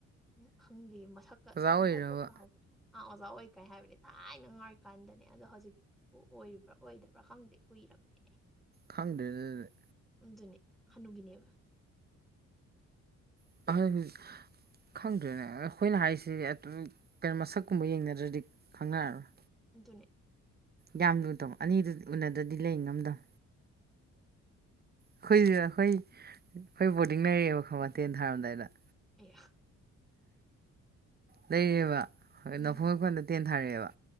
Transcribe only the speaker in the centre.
ꯎꯡ ꯈꯪꯗꯤꯌꯦ ꯃꯁꯛꯀ
ꯃꯁꯛꯀ ꯀꯥꯎꯒꯔꯦ ꯑꯥ ꯑꯣꯖꯥ ꯑꯣꯏ ꯀꯥꯏ ꯍꯥꯏꯕꯅꯦ ꯊꯥꯏꯅ ꯑꯉꯥꯡ ꯑꯣꯏꯔꯤꯀꯥꯟꯗꯅꯦ ꯑꯗꯣ ꯍꯧꯖꯤꯛ ꯑꯣ ꯑꯣꯏꯔꯤꯕ꯭ꯔꯥ ꯑꯣꯏꯗꯕ꯭ꯔꯥ ꯈꯪꯗꯦ ꯀꯨꯏꯔꯅꯦꯍꯦ
ꯑꯗꯨꯅꯦ ꯍꯅꯨꯕꯤꯅꯦꯕ
ꯑꯗꯨꯅꯦ
ꯑꯦ꯫
ꯎꯝ